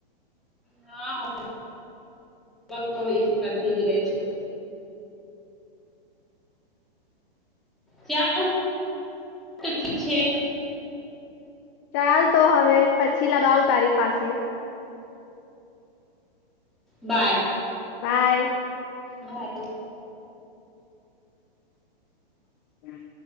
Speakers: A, in the centre; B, on the left.
A: હા, હોમવર્ક તો એક કરતી જ રહે છે. ચાલ તો ઠીક છે.
B: ચાલ તો હવે, પછી લગાવ તારી પાસે
A: બાય,
B: બાય,
A: બાય,
B: હમ્મ